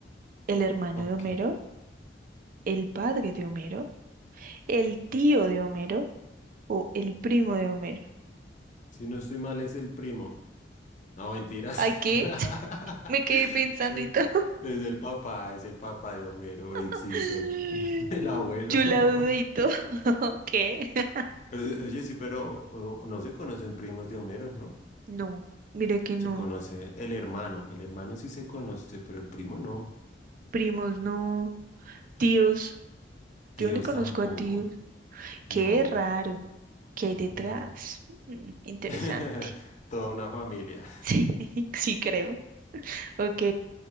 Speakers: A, on the right; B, on the left.
A: ¿El hermano
B: ok.
A: de Homero? ¿El padre de Homero? ¿El tío de Homero? ¿O el primo de Homero?
B: Si no estoy mal, es el primo. No, mentiras.
A: Ay, ¿qué?
B: <laughs>
A: <laughs> Me quedé pensando
B: Es
A: y todo.
B: es el papá, es el papá de Homero, Abe
A: <laughs>
B: Simpson, <laughs> el abuelo.
A: Yo
B: <laughs>
A: la dudé y todo. <laughs> ¿Qué? <laughs>
B: Oye, oye, sí, pero o- no se conocen primos de Homero, ¿no?
A: No, mire que no.
B: Se conoce el hermano, el hermano sí se conoce, pero el primo no.
A: Primos no. Tíos.
B: Tíos
A: Yo le conozco
B: tampoco,
A: a tíos. Qué
B: no.
A: raro. ¿Qué hay detrás?
B: Mm.
A: Mm, interesante.
B: <laughs>
A: <laughs>
B: Toda una familia.
A: Sí, sí creo. Ok,